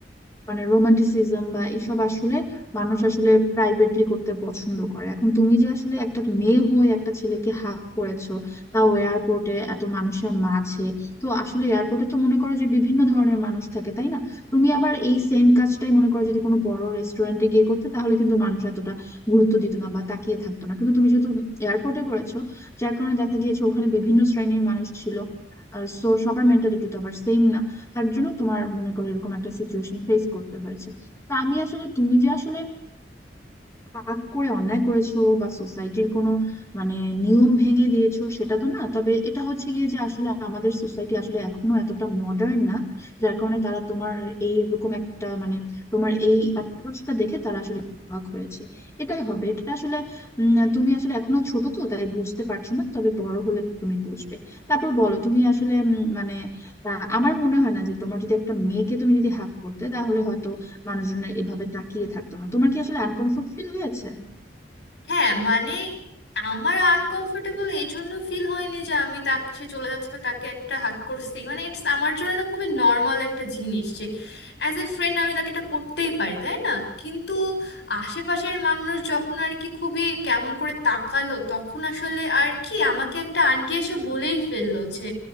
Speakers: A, on the left; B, on the left.
A: মানে রোমান্টিসিজম বা এসব আসলে মানুষ আসলে প্রাইভেটলি করতে পছন্দ করে এখন তুমি যে আসলে একটা মেয়ে হয়ে একটা ছেলেকে হাত করেছো তাও এয়ারপোর্টে এত মানুষের মাঝে তো আসলে এয়ারপোর্টে তো মনে করো যে বিভিন্ন ধরনের মানুষ থাকে তাই না তুমি আবার এই সেম কাজটাই মনে করো যদি কোনো বড় রেস্টুরেন্টে গিয়ে করতে তাহলে কিন্তু মানুষ এতটা গুরুত্ব দিত না বা তাকিয়ে থাকতো না কিন্তু তুমি যেহেতু এয়ারপোর্টে করেছো যার কারণে দেখা গিয়েছে ওখানে বিভিন্ন শ্রেণীর মানুষ ছিল সো সবার মেন্টালিটি তো আবার সেম না তার জন্য তোমার মনে করো এরকম একটা সিচুয়েশন ফেস করতে হয়েছে তো আমি আসলে তুমি যে আসলে হাত করে অন্যায় করেছো বা সোসাইটির কোনো মানে নিয়ম ভেঙে দিয়েছো সেটা তো না তবে এটা হচ্ছে গিয়ে যে আসলে আমাদের সোসাইটি আসলে এখনো এতটা মডার্ন না যার কারণে তারা তোমার এই এরকম একটা মানে তোমার এই অ্যাপ্রোচটা দেখে তারা আসলে একটু অবাক হয়েছে এটাই হবে এটা আসলে উম, তুমি আসলে এখনো ছোট তো তাই বুঝতে পারছো না তবে বড় হলে তুমি বুঝবে তারপর বলো তুমি আসলে উম, মানে আহ, আমার মনে হয় না যে তোমার যদি একটা মেয়েকে তুমি যদি হাত করতে তাহলে মানুষজনের এভাবে তাকিয়ে থাকতো না তোমার কি আসলে আনকমফোর্ট ফিল হয়েছে
B: হ্যাঁ মানে আমার আনকমফোর্টেবল এই জন্য ফিল হয়নি যে আমি তাকে সে চলে যাচ্ছে বা তাকে একটা হাত করছি মানে ইটস আমার জন্য এটা খুবই নর্মাল একটা জিনিস যে অ্যাজ এ ফ্রেন্ড আমি তাকে এটা করতেই পারি তাই না কিন্তু আশেপাশের মানুষ যখন আর কি খুবই কেমন করে তাকালো তখন আসলে আর কি আমাকে একটা আন্টি এসে বলেই ফেললো যে